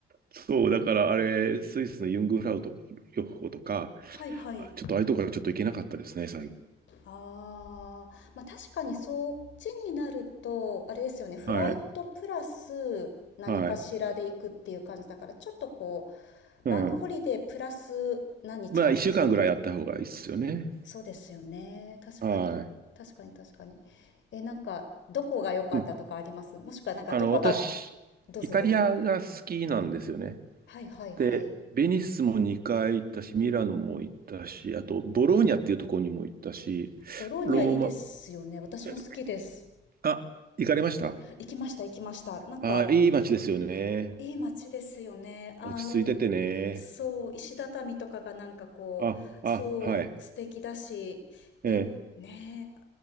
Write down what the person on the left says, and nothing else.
はい、はい。
ああ、まあ確かにそっちになると、あれですよね、フライトプラス何かしらで行くっていう感じだから、
ちょっとこう、
バンクホリデープラス何日か必要っていう。
そうですよね。確かに。
確かに確かに。え、なんか、どこが良かったとかありますもしくはなんか、
どこが、
どうぞどうぞ。
はいはいはい。
ボローニャいいですよね。
私も好きです。
行きました行きました。なんか、
いい街ですよね。あの、
そう、石畳とかがなんかこう、
そう、
素敵だし、なん、
ねえ、